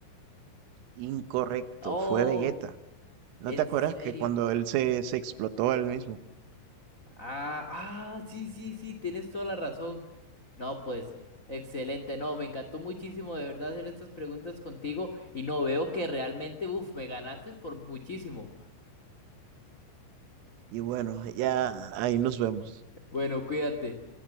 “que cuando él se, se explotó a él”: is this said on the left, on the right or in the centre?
Right